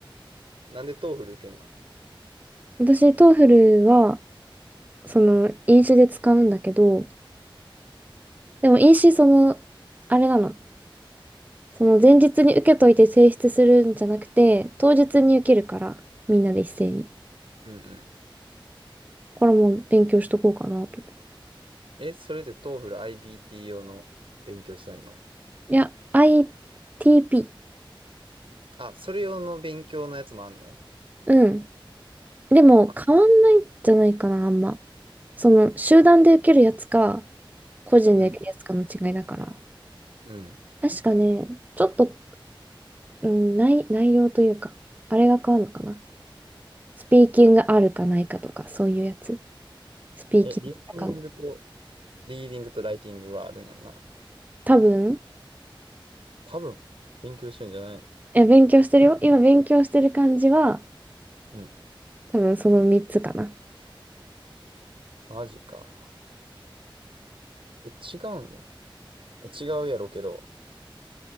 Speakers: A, on the right; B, on the right.
A: なんでトーフル受けんの
B: 私、トーフルは、その飲酒で使うんだけど、でも飲酒その、あれなの、その前日に受けといて提出するんじゃなくて、当日に受けるから、みんなで一斉に。
A: うんうん。
B: これも勉強しとこうかなと。
A: え、それでトーフル IBT 用の勉強してんの
B: いや、ITP。
A: あ、それ用の勉強のやつもあんの
B: うん。でも変わんないんじゃないかな、
A: あ、
B: あんま。その集団で受けるやつか、個人で受けるやつかの違いだから。
A: うん、うん。
B: 確かね、ちょっと、うん、内、内容というか、あれが変わるのかな。スピーキングあるかないかとか、そういうやつ。スピーキングわかんない。
A: え、リスニングと、リーディングとライティングはあるんやんな。
B: 多分、
A: 多分、勉強してんじゃないの
B: え、勉強してるよ。今勉強してる感じは、
A: うん。
B: 多分その3つかな。
A: マジか。え、違うんや。え、違うやろけど。